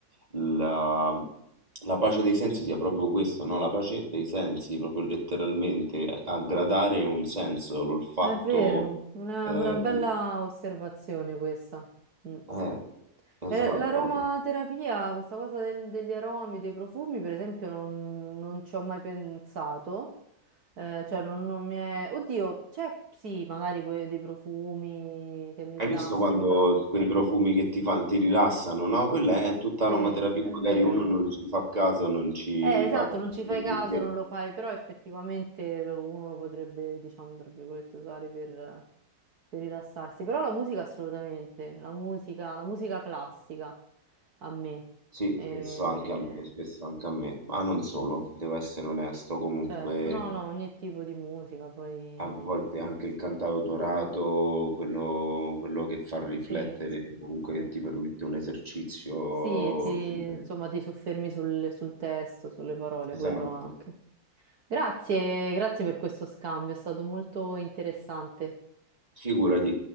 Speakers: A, on the right; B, on the right.
A: la, la pace dei sensi sia proprio questo, no? La pace dei sensi, proprio letteralmente, a a gradare un senso, l'olfatto.
B: È vero, una,
A: Eh,
B: una bella osservazione questa. Mm.
A: eh, esatto.
B: Eh, L'aromaterapia, questa cosa del- degli aromi, dei profumi, per esempio, non, non ci ho mai pensato. Eh, cioè, non, non mi è... Oddio, c'è sì, magari que- dei profumi che mi
A: Hai
B: rilassano,
A: visto quando
B: però...
A: quei profumi che ti fanno, ti rilassano, no? Quella è tutta
B: Sì,
A: aromaterapia,
B: è
A: magari
B: vero.
A: uno non ci fa caso, non ci
B: Eh, esatto,
A: fa... attenzione,
B: non ci fai caso,
A: perché-
B: non lo fai, però effettivamente lo- uno lo potrebbe, diciamo, tra virgolette, usare per, per rilassarsi. Però la musica assolutamente, la musica, la musica classica a me.
A: Sì,
B: Eh,
A: spesso anche a me, spesso anche a me, ma non solo,
B: quindi,
A: devo essere onesto comunque.
B: certo, no, no, ogni tipo di musica, poi
A: A volte anche il cantautorato, quello, quello che fa riflettere,
B: sì,
A: comunque
B: sì,
A: che ti permette un esercizio
B: Sì, ti, insomma,
A: sempre.
B: ti soffermi sul, sul testo, sulle parole, quello
A: Esatto.
B: anche. Grazie, grazie per questo scambio, è stato molto interessante.
A: Figurati,